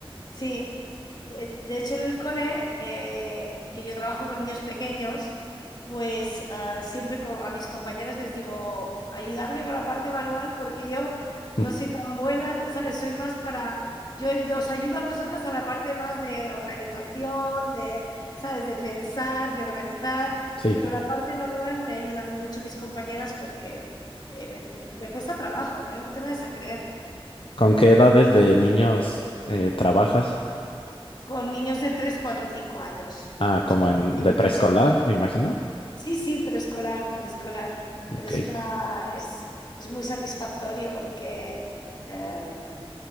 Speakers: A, on the left; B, on the left.
A: Sí, de, de hecho en el cole, eh, que yo trabajo con niños pequeños, pues ah, siempre co- a mis compañeras les digo, ayudarme con la parte manual porque yo no
B: Mm,
A: soy tan buena, ¿sabes? Soy más para, yo os ayudo a vosotras a la parte más de organización, de, ¿sabes? De pensar, de organizar,
B: Sí.
A: pero la parte manual me ayudan mucho mis compañeras porque eh, me, me cuesta trabajo, ¿eh? No te vayas a creer.
B: ¿Con qué edades de niños eh, trabajas?
A: con niños de 3, 4 y 5 años.
B: Ah,
A: Son
B: como en
A: muy pequeñitos.
B: de preescolar, me imagino.
A: Sí, sí, preescolar, preescolar.
B: Ok.
A: Pero es una, es, es muy satisfactorio porque eh,